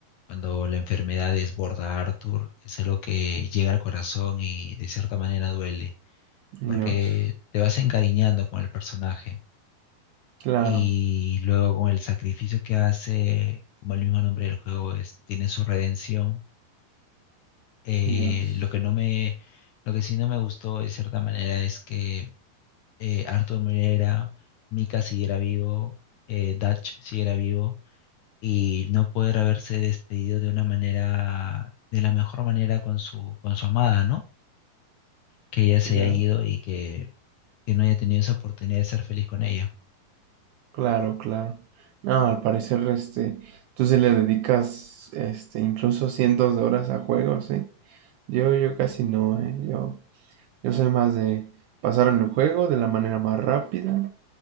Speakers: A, on the left (about 80°); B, on the right (about 80°).
A: cuando la enfermedad desborda a Arthur, es algo que llega al corazón y de cierta manera duele,
B: Dios.
A: porque te vas encariñando con el personaje
B: Claro,
A: y luego con el sacrificio que hace, como el mismo nombre del juego es, tiene su redención. Eh,
B: Dios.
A: lo que no me, lo que sí no me gustó de cierta manera es que eh, Arthur Moreira, Mika siguiera vivo, eh, Dutch siguiera vivo y no poder haberse despedido de una manera, de la mejor manera con su, con su amada, ¿no? Que ella se
B: Claro,
A: haya ido y que, que no haya tenido esa oportunidad de ser feliz con ella.
B: claro. claro. No, al parecer, este, tú se le dedicas, este, incluso cientos de horas a juegos, ¿eh? Yo, yo casi no, ¿eh? Yo, yo soy más de pasarme el juego de la manera más rápida,